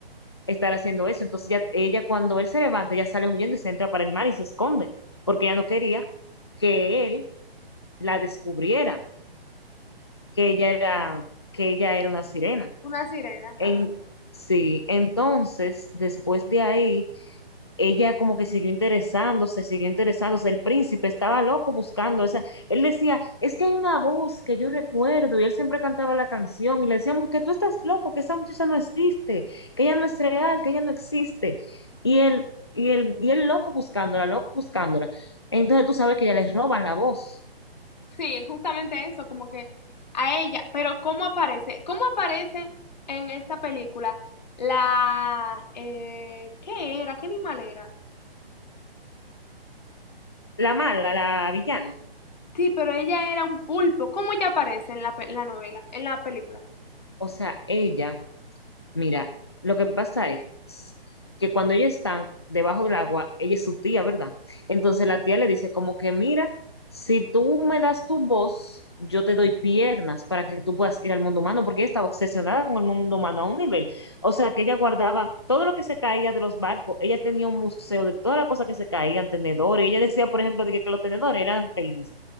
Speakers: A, on the left; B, on the left.
A: estar haciendo eso. Entonces ya, ella cuando él se levanta, ya sale huyendo y se entra para el mar y se esconde, porque ella no quería que él la descubriera, que ella era, que ella era una sirena.
B: Una sirena.
A: En,
B: Ajá.
A: sí, entonces después de ahí ella como que siguió interesándose, siguió interesándose, el príncipe estaba loco buscando, esa él decía, es que hay una voz que yo recuerdo, y él siempre cantaba la canción, y le decían que tú estás loco, que esa muchacha no existe, que ella no es real, que ella no existe, y él, y él, y él loco buscándola, loco buscándola, entonces tú sabes que ya les roban la voz,
B: Sí, justamente eso, como que a ella. Pero ¿cómo aparece? ¿Cómo aparece en esta película la... eh, ¿qué era? ¿Qué animal era?
A: la mala, la villana,
B: Sí, pero ella era un pulpo. ¿Cómo ella aparece en la, pe- la novela, en la película?
A: o sea, ella Mira, lo que pasa es que cuando ella está debajo del agua, ella es su tía, ¿verdad? Entonces la tía le dice como que, mira, si tú me das tu voz, yo te doy piernas para que tú puedas ir al mundo humano, porque ella estaba obsesionada con el mundo humano a un nivel. O sea, que ella guardaba todo lo que se caía de los barcos, ella tenía un museo de todas las cosas que se caían, tenedores, ella decía, por ejemplo, de que, que los tenedores eran peines,